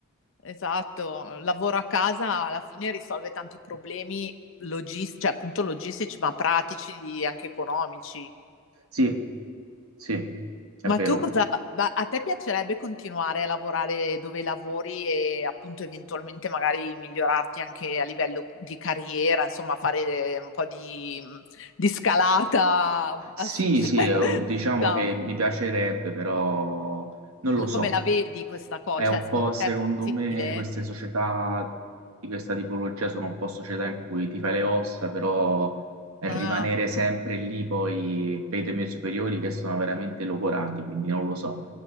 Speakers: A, on the left; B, on the right.
A: Esatto, il lavoro a casa alla fine risolve tanti problemi logis- cioè, appunto logistici, ma pratici, di- anche economici.
B: sì, sì, è
A: Ma
B: vero.
A: tu cosa, ma a te piacerebbe continuare a lavorare dove lavori e appunto eventualmente magari migliorarti anche a livello di carriera, insomma, fare eh, un po' di, mhmm, di scalata
B: Sì,
A: al successo?
B: sì,
A: <laughs>
B: eh, diciamo
A: Ciao.
B: che mi piacerebbe, però non lo so.
A: Come la vedi questa cosa?
B: È
A: Cioè,
B: un
A: secondo
B: po', secondo
A: te è possibile?
B: me, queste società di questa tipologia sono un po' società in cui ti fai le ossa, però rimanere
A: Ah,
B: sempre lì, poi vedo i miei superiori che sono veramente logorati, quindi non lo so.